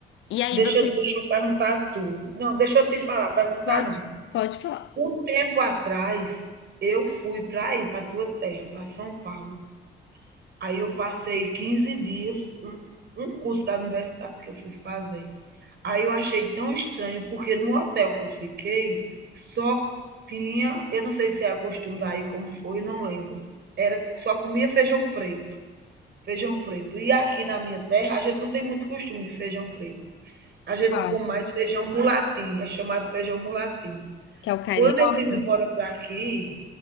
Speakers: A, on the left (about 75°); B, on the right (about 60°).
A: E aí
B: Deixa,
A: vocês.
B: eu- deixa eu perguntar a tu. Não, deixa eu te falar, perguntar
A: Pode,
B: não.
A: pode falar.
B: Um tempo atrás, eu fui para aí, para tua terra, para São Paulo. Aí eu passei 15 dias, um, um curso da universidade que eu fui fazer. Aí eu achei tão estranho, porque no hotel que eu fiquei, só tinha, eu não sei se é o costume daí, como foi, não lembro. Era, só comia feijão preto. Feijão preto. E aqui na minha terra, a gente não tem muito costume de feijão preto. A gente
A: Qual
B: come
A: que
B: mais feijão mulatim, é chamado feijão mulatim.
A: que é o carioca?
B: Quando eu vim embora para aqui,